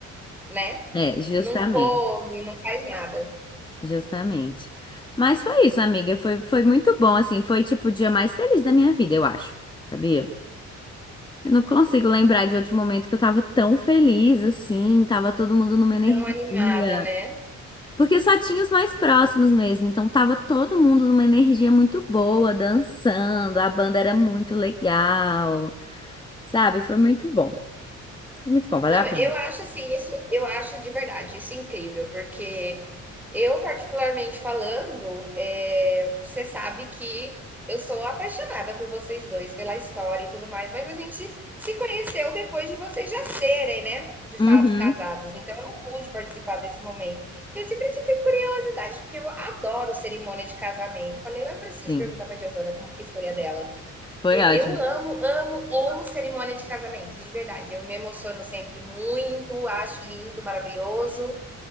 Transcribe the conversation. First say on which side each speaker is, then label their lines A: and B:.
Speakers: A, in the centre; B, on the left.
A: né?
B: é, justamente,
A: Não come, não faz nada.
B: justamente. Mas foi isso, amiga. Foi, foi muito bom, assim. Foi, tipo, o dia mais feliz da minha vida, eu acho. Sabia? Eu não consigo lembrar de outro momento que eu tava tão feliz, assim. Tava todo mundo numa energia.
A: Tão animada, né?
B: Porque só tinha os mais próximos mesmo. Então tava todo mundo numa energia muito boa, dançando. A banda era muito legal, sabe? Foi muito bom. Foi muito bom, valeu
A: Não,
B: a pena.
A: eu acho assim, isso, eu acho de verdade isso é incrível, porque eu, particularmente falando, é, você sabe que eu sou apaixonada por vocês dois, pela história e tudo mais, mas a gente se conheceu depois de vocês já serem, né, de
B: Uhum,
A: fato casados, então eu não pude participar desse momento. E eu sempre tive curiosidade, porque eu adoro cerimônia de casamento. Eu falei, eu preciso
B: sim.
A: perguntar para Giovana como que foi a dela. Porque
B: Foi ótimo.
A: eu amo, amo, amo cerimônia de casamento, de verdade. Eu me emociono sempre muito, acho lindo, maravilhoso.